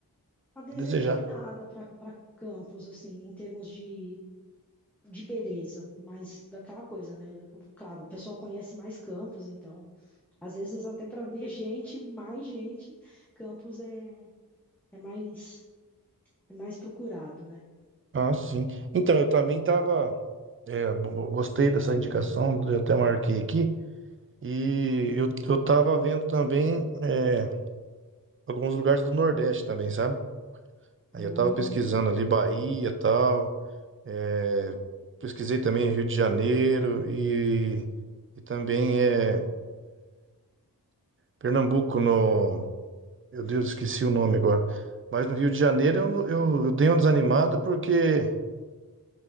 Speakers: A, in the centre; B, on the right.
A: a desejar
B: a desejar.
A: em nada para para Campos, assim, em termos de, de beleza. Mas daquela coisa, né? Claro, o pessoal conhece mais Campos, então. Às vezes até para ver gente, mais gente, Campos é, é mais é mais procurado, né?
B: Ah, sim. Então, eu também tava. é, bo- bo- gostei dessa indicação, eu até marquei aqui. E eu, eu tava vendo também é, alguns lugares do Nordeste também, sabe? Aí
A: Hum.
B: eu tava pesquisando ali Bahia e tal. é, pesquisei também Rio de Janeiro e, e também é, Pernambuco no. Meu Deus, esqueci o nome agora. Mas no Rio de Janeiro eu, eu, eu dei uma desanimada porque,